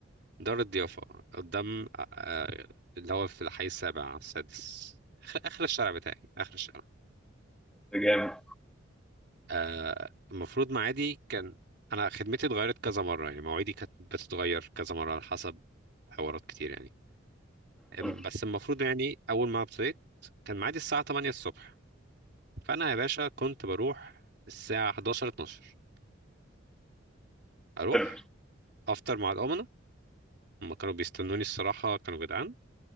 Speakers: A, on the right; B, in the centre.
A: دار الضيافه قدام آه، اللي هو في الحي السابع على السادس اخر آخر الشارع بتاعي اخر الشارع
B: ده جامد
A: آه، المفروض معادي كان انا خدمتي اتغيرت كذا مره يعني مواعيدي كانت بتتغير كذا مره على حسب حوارات كتير يعني أم-
B: حلو
A: بس المفروض يعني اول ما ابتديت كان معادي الساعه 8 الصبح فانا يا باشا كنت بروح الساعه 11 12 اروح
B: حلو
A: افطر مع الامنه هم كانوا بيستنوني الصراحه كانوا جدعان